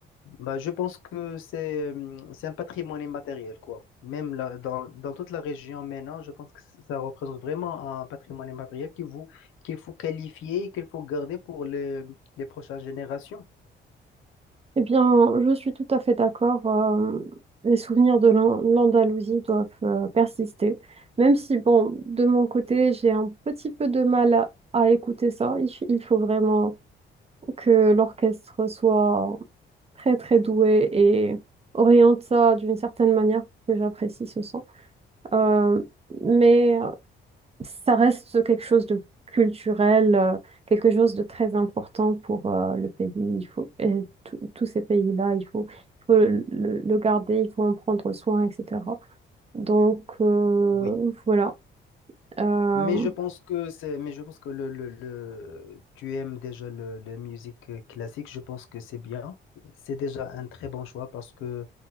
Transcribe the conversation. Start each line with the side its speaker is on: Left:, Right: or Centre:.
Left: Bah, je pense que c'est euh, c'est un patrimoine immatériel, quoi. Même là, dans, dans toute la région maintenant, je pense que ça représente vraiment un patrimoine immatériel qu'il vous, qu'il faut qualifier et qu'il faut garder pour les, les prochaines générations.
Right: Eh bien, je suis tout à fait d'accord. euh, les souvenirs de l'An- l'Andalousie doivent euh, persister. Même si, bon, de mon côté, j'ai un petit peu de mal à, à écouter ça. Il, f- il faut vraiment que l'orchestre soit très, très doué et oriente ça d'une certaine manière pour que j'apprécie ce son. Euh, mais ça reste quelque chose de culturel, euh, quelque chose de très important pour euh, le pays. Il faut, et tous tous ces pays-là, il faut, il faut le, le garder, il faut en prendre soin, etc. Donc, euh,
Left: Oui.
Right: voilà. Euh,
Left: Mais je pense que c'est, mais je pense que le, le, le- tu aimes déjà le, la musique euh, classique. Je pense que c'est bien. C'est déjà un très bon choix parce que euh,